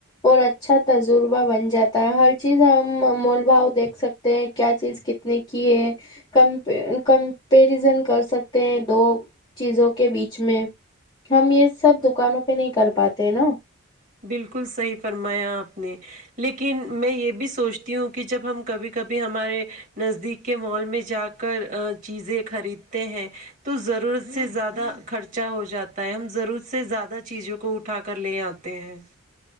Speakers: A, on the left; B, on the right.
A: اور اچھا تجربہ بن جاتا ہے ہر چیز ہم مول بھؤ دیکھ سکتے ہیں کیا چیز کتنے کی ہے ک کمپیرزن کر سکتے ہیں دو چیزوں کے بیچ میں ہم یہ سب دکانوں پہ نہیں کر پات نا
B: بالکل صحیح فرمایا آپ نے لیکن میں یہ بھی سوچتی ہوں کہ جب ہم کبھی کبھی ہمارے نزدیک کے مال میں جا کر چیزیں خریدتے ہیں تو ضرورت سے زیادہ خرچہ ہو جاتا ہے ہم ضرورت سے زیادہ چیزوں کو اٹھا کر لے آتے تیز